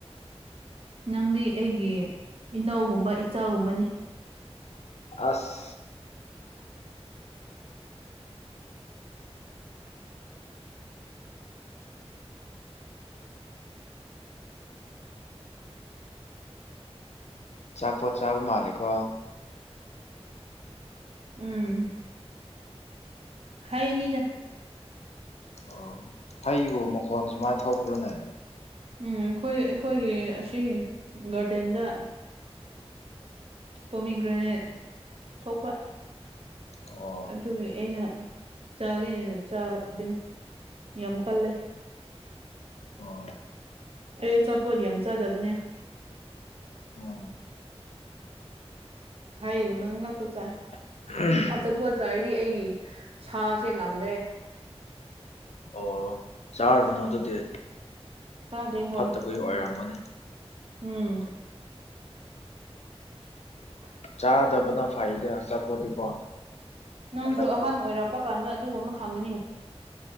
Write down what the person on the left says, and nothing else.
ꯑꯁ ꯆꯥꯄꯣꯠ ꯆꯥꯥꯕ ꯃꯥꯂꯦꯀꯣ
ꯑꯣ ꯍꯩꯕꯣ ꯃꯈꯣꯟ ꯁꯨꯃꯥꯏꯟ ꯊꯣꯛꯄ꯭ꯔꯅꯦ
ꯑꯣ
ꯑꯣ
ꯎꯝ
<unintelligible>
ꯑꯣ ꯆꯥꯔꯨꯅꯣ ꯑꯗꯨꯗꯤ
ꯐꯠꯇꯕꯒꯤ ꯑꯣꯏꯔꯝꯒꯅꯤ
ꯆꯥꯗꯕꯅ ꯐꯩꯗꯥ ꯑꯆꯥꯄꯣꯠꯇꯤꯀꯣ
ꯍꯟꯗꯛꯇꯤ